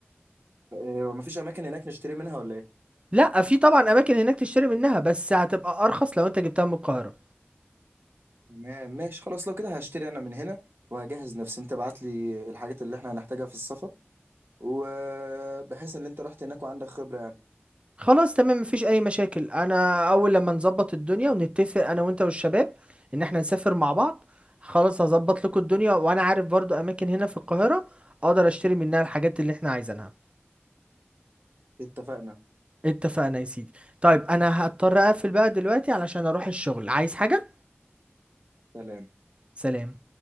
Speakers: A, on the right (about 60°); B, on the right (about 30°).
A: إيه، ومفيش أماكن هناك نشتري منها ولا إيه؟
B: لا في طبعا اماكن هناك تشتري منها بس هتبقى ارخص لو انت جبتها من القاهره
A: تمام ماشي خلاص لو كده هشتري انا من هنا وهجهز نفسي انت بعت لي الحاجات اللي احنا هنحتاجها في السفر وبحيث ان انت رحت هناك وعندك خبرة يعني
B: خلاص تمام مفيش اي مشاكل انا اول لما نظبط الدنيا ونتفق انا وانت والشباب ان احنا نسافر مع بعض خلاص هظبط لكم الدنيا وانا عارف برضو اماكن هنا في القاهرة اقدر اشتري منها الحاجات اللي احنا عايزينها
A: اتفقنا
B: اتفقنا يا سيدي طيب انا هضطر اقفل بقى دلوقتي علشان اروح الشغل عايز حاجة
A: سلام
B: سلام